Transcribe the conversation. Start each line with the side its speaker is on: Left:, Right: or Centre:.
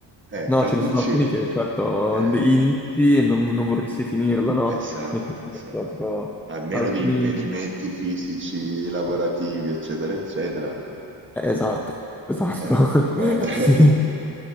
Right: Eh,
Centre: No,
Right: Kakuchi,
Centre: ce ne sono alcuni che, certo,
Right: eh,
Centre: inizi e non, non vorresti finirlo, no?
Right: esatto,
Centre: Mi sono detto,
Right: sì.
Centre: tipo,
Right: a meno
Centre: alcuni...
Right: di impedimenti fisici, lavorativi, eccetera, eccetera.
Centre: Esatto, esatto.
Right: Eh, eh.
Centre: <laughs> Sì,
Right: <laughs>